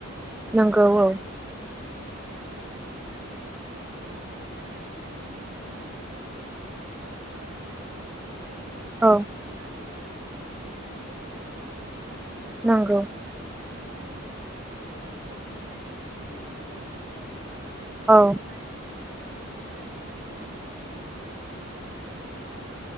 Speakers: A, in the centre; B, on the right (about 65°).
A: नंगौ
B: आरो
A: औ
B: आरो दानि जुगाव जों नुनो मोनो जायहा ट्रेन्दिंआव जादों आरो सेफटिं होननाय जायखौ जोङो
A: औ
B: निलांनि । सपिं खालामनाय होननानै बुंनाय जायो। आंथ'
A: नंगौ
B: बेखौ बिराद मोजां मोनो आरो माने बियो मोनसे इनभाइरनमेन्ट फेनलिबो जोंनि आबहावाखौहाय
A: औ
B: माने बासायनायाव ओ हेफाजाब होयो आरो